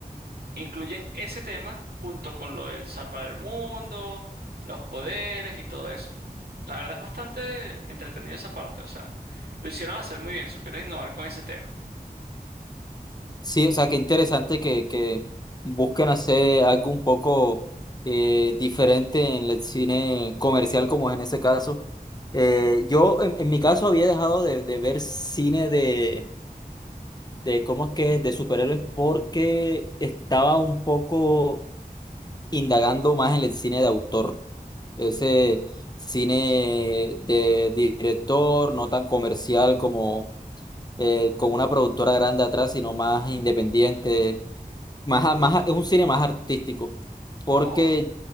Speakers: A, on the right; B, on the left.
A: Incluyen ese tema junto con lo del salvar el mundo, los poderes y todo eso. La verdad es bastante entretenida esa parte, o sea, lo hicieron hacer muy bien, supieron innovar con ese tema.
B: Sí, o sea, qué interesante que, que busquen hacer algo un poco eh, diferente en el cine comercial, como es en ese caso. Eh, yo, en, en mi caso, había dejado de, de ver cine de, de, ¿cómo es que?, de superhéroes porque estaba un poco indagando más en el cine de autor. Ese cine de director, no tan comercial como eh, con una productora grande atrás, sino más independiente más, a- más, a- es un cine más artístico, porque
A: Oh,